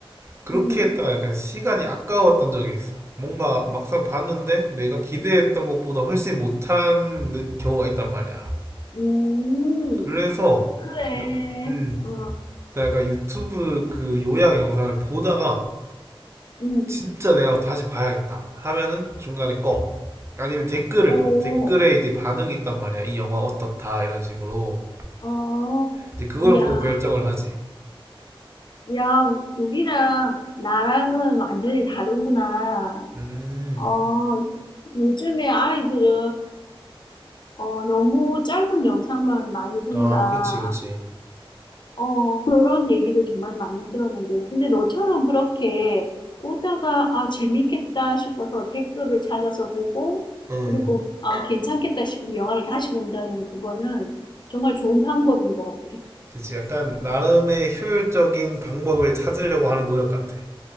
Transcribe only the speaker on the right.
그렇게
했다가 약간 시간이 아까웠던 적이 있어. 뭔가 막상 봤는데 내가 기대했던 것보다 훨씬 못한 느- 경우가 있단 말이야.
그래서,
나- 음,
나 약간 유튜브 그 요약 영상을 보다가
진짜 내가 다시 봐야겠다 하면은 중간에 꺼. 아니면 댓글을
봐. 댓글에 이제 반응이 있단 말이야. 이 영화 어떻다 이런 식으로
이제 그걸
보고 결정을 하지.
음,
아, 그치, 그치.
음,
그치. 약간 나름의 효율적인 방법을 찾으려고 하는 노력 같아.